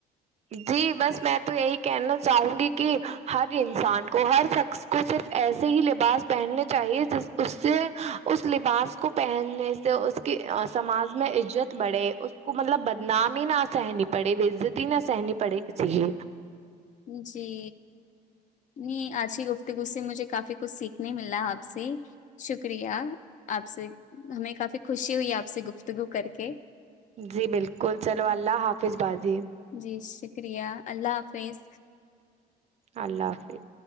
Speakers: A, on the right; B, on the left.
A: جی بس میں تو یہی کہنا چاہوں گی کہ ہر انسان کو ہر شخص کو صرف ایسے ہی لباس پہننے چاہیے جس اس سے اس لباس کو پہننے سے کہ سماج میں عزت بڑے اس کو مطلب بدنام ہی نہ سہنی پڑے وہ عزت ہی نہ سہنی پڑے کسی کی
B: جی ہی آج کی گفتگو سے مجھے کافی کچھ سیکھنے ملا آپ سے شکریہ آپ سے ہمیں کافی خوشی ہوئی آپ سے گفتگو کر کے
A: جی بالکل چلو اللہ حافظ باجی
B: جی شکریہ اللہ حافظ
A: اللہ حافظ